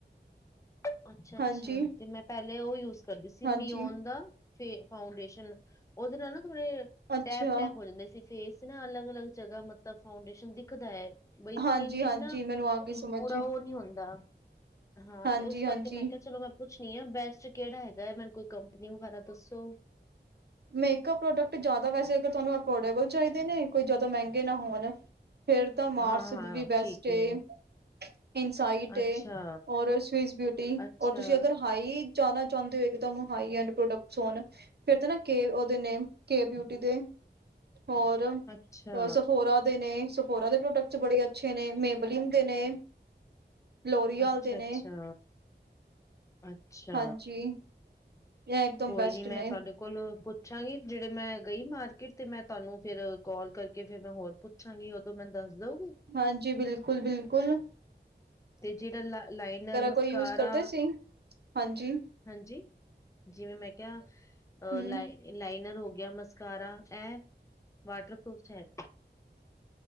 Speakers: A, on the left; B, on the right.
A: ਅੱਛਾ-ਅੱਛਾ
B: ਹਾਂਜੀ
A: ਤੇ ਮੈਂ ਪਹਿਲੇ ਉਹ ਯੂਜ ਕਰਦੀ ਸੀ
B: ਹਾਂਜੀ
A: ਮੀਨ ਦਾ ਫੇ ਫਾਊਂਡੇਸ਼ਨ। ਉਹਦੇ ਨਾਲ ਨਾ ਥੋੜੇ,
B: ਅੱਛਾ
A: ਟੈਪ-ਟੈਪ ਹੋ ਜਾਂਦੇ ਸੀ- ਫੇਸ ਨਾ ਅਲੱਗ-ਅਲੱਗ ਜਗ੍ਹਾ ਮਤਲਬ ਫਾਊਂਡੇਸ਼ਨ ਦਿਖਦਾ ਹੈ- ਬਾਈ
B: ਹਾਂਜੀ
A: ਸਕਿਨ ਵਿਚ
B: ਹਾਂਜੀ
A: ਨਾ,
B: ਮੈਨੂੰ ਆ ਗਈ ਸਮਝ
A: ਪੂਰਾ ਉਹ ਨਹੀਂ ਹੁੰਦਾ ਹਾਂ
B: ਹਾਂਜੀ
A: ਤੇ ਉਸ ਕਰਕੇ
B: ਹਾਂਜੀ
A: ਮੈਂ ਕਿਹਾ ਚਲੋ ਮੈਂ ਪੁੱਛ ਨੀ ਹੈ ਬੈਸਟ ਕਿਹੜਾ ਹੈਗਾ ਮੈਨੂੰ ਕੋਈ ਕੰਪਨੀ ਵਗੈਰਾ ਦੱਸੋ?
B: ਮੇਕਅਪ ਪ੍ਰੋਡਕਟ ਜ਼ਿਆਦਾ ਵੈਸੇ ਅਗਰ ਤੁਹਾਨੂੰ ਅਫੋਰਡੇਬਲ ਚਾਹੀਦੇ ਨੇ ਕੋਈ ਜਿਆਦਾ ਮਹਿੰਗੇ ਨਾ ਹੋਣ, ਫੇਰ ਤਾਂ ਮਾਰਸ
A: ਹਾਂ-ਹਾਂ
B: ਵੀ ਬੈਸਟ
A: ਠੀਕ
B: ਏ
A: ਹੈ
B: ਇਨਸਾਈਟ,
A: ਅੱਛਾ
B: ਔਰ ਸਵਿਜ਼ ਬਿਊਟੀ
A: ਅੱਛਾ
B: ਔਰ ਤੁਸੀਂ ਅਗਰ ਹਾਈ ਜਾਣਾ ਚਾਹੁੰਦੇ ਹੋ ਇੱਕ ਤਾਂ ਹ ਐਂਡ ਪ੍ਰੋਡਕਟਸ ਹੋਣ ਫਿਰ ਤਾਂ ਨਾ ਕੇ ਉਹਦੇ ਨੇ ਕੇ ਬਿਊਟੀ ਦੇ ਹੋਰ
A: ਅੱਛਾ
B: ਸਫੋਰਾ ਦੇਨੇ ਸਫੋ ਦੇ ਪ੍ਰੋਡਕਟਸ ਬੜੇ ਅੱਛੇ ਨੇ ਮੇਬਲੀਨ ਦੇ ਨੇ ਲੋਹਰੀ
A: ਅੱਛਾ-ਅੱਛਾ
B: ਵਾਲਾਲ ਦੇ ਨੇ।
A: ਅੱਛਾ।
B: ਹਾਂਜੀ ਇਹ ਇਕਦਮ
A: ਕੋਈ
B: ਬੈਸਟ
A: ਨੀ ਮੈਂ
B: ਨੇ
A: ਤੁਹਾਡੇ ਕੋਲ ਪੁੱਛਾਂਗੀ ਜਿਹੜੇ ਮੈਂ ਗਈ ਮਾਰਕੀਟ ਤੇ ਮੈਂ ਤੁਹਾਨੂੰ ਫੇਰ ਕਾਲ ਕਰਕੇ ਫੇਰ ਮੈਂ ਹੋਰ ਪੁੱਛ ਅੱਛਾਂਗੀ ਉਦੋਂ ਮੈਨ ਦੱਸ ਦਊਗੇ?
B: ਹਾਂਜੀ ਬਿਲਕੁਲ-ਬਿਲਕੁਲ।
A: ਤੇ ਜਿਹੜਾ ਲ ਲਾਈਨਰ ਮਸਕਾਰਾ
B: ਕੋਈ ਯੂਜ ਕਰਦੇ ਸੀ ਹਾਂਜੀ
A: ਹਾਂਜੀ, ਜਿਵੇਂ ਮੈਂ ਕਿਹਾ, ਅਹ
B: ਹਮ
A: ਲਾਈ ਲਾਈਨਰ ਹੋ ਗਿਆ ਮਸਕਾਰਾ ਇਹ, ਵਾਟਰਪੂਫ ਹੈ।